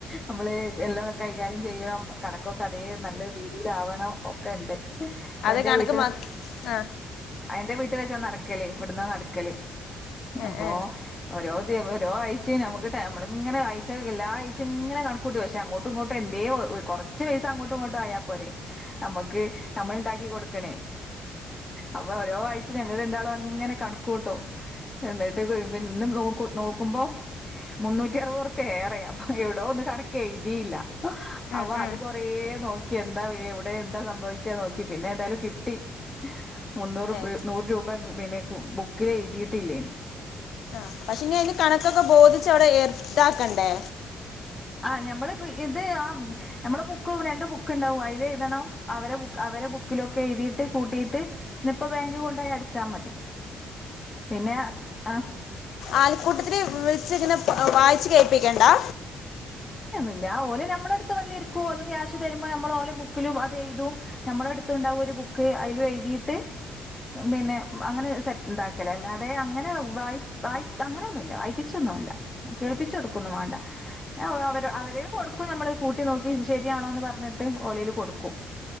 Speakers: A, on the left; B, on the left.
A: നമ്മള് എല്ലാം കൈകാര്യം ചെയ്യണം കണക്കൊക്കെ അതേ നല്ല രീതിൽ ആവണം ഒക്കെ ഇണ്ട് അപ്പ
B: അത്
A: എന്റെ
B: കണക്ക്
A: വീട്ട്
B: മാ ആ
A: അ എന്റെ വീട് ഇട്ട് വെച്ചാ നടക്കല് ഇവ്ട്ന്നാ ന്നടക്കല്
B: ഏ
A: അപ്പൊ
B: ഏ
A: തെ വൊ ഓരോ ആയ്ചേമ് നമ്ക് നമ്മളിങ്ങനെ അയ്ച്ചേ എല്ലാ ആഴ്ച്ചേഇങ്ങനെ കണക്കൂട്ടി പക്ഷെ അങ്ങോട്ടും ഇങ്ങോട്ടും എന്തേ ഒ ഒര് കൊറച്ച് പൈസ അങ്ങോട്ടും ഇങ്ങോട്ടും ആയാ പോരെ നമ്മുക്ക് നമ്മളിണ്ടാക്കി കൊടുക്കണേ അപ്പൊ ഓരോ ആഴച്ച ഞങ്ങള് രണ്ടാളൊ ഇങ്ങനെ കണക്കുട്ടും എന്നിട്ട് വി ഇന്ന് നോക്ക് നോക്കുമ്പോ മുന്നൂറ്ററുവത് റുപ്യ ഏറെയാ എവ്ടോ ഒന്ന് കണക്കെയ്തിയില്ല
B: ഉം
A: അവ
B: ഉം
A: അത് കൊറേ നോക്കി എന്താ വെ എവിടെ എന്താ സംഭവിച്ചേ ന്നോക്കി പിന്നെ ഏതായാലും കിട്ടി മുന്നൂറുപ്
B: ഏ
A: ന്നൂർ രൂപ പിന്നെ ബുക്കില് എഴുതിയിട്ടില്ലേ
B: ആ പക്ഷെ ഇനി അയ്ന്റെ കണക്കൊക്കെ ബോധിച്ചവടെ ഏർ ഇതാക്കണ്ടേ
A: ആ ഞമ്മള് പ്പ ഇത് ആ നമ്മള് ബുക്കു രണ്ട് ബുക്ക്ണ്ടാവും അയ്ലെഴുതണം അവരെബുക്ക്‌ അവ അവരെ ബുക്കിലൊക്കെ എയ്തിട്ട് കൂട്ടീട്ട് ഇനിപ്പ ബാങ്കില് കൊണ്ടോയടച്ചാ മതി പിന്നെ ആ
B: അയൽക്കൂട്ടത്തില് വിളിച്ച് ഇങ്ങനെ വായിച്ച് കേൾപ്പിക്കണ്ടാ
A: ല്ല ഓലെ നമ്മളടുത്ത് വന്നിരിക്കൂ ഓല് ക്യാഷ് തരുമ്പ നമ്മള് ഓലബുക്കിലും അതെയ്തും നമ്മുടെ അടുത്തുണ്ടാവും ഒരു ബുക്ക്‌ ബുക്ക് അയ്ലും എയ്തിട്ട് പിന്നെ അങ്ങനെ സെറ്റ്ണ്ടാക്കലേ അല്ലാതെ അങ്ങനെ വായ് വായ് അങ്ങനൊന്നുല്ല വായ്പ്പിച്ച ന്നുല്ല്യ കേൾപ്പിച്ചോട്ക്കൊന്നും വേണ്ട അത് അവര അവരയില് കൊടുക്കും നമ്മള്. കൂട്ടി നോക്കി ശരിയാണോന്ന് പറഞ്ഞിട്ട് ഓലയില് കൊടുക്കും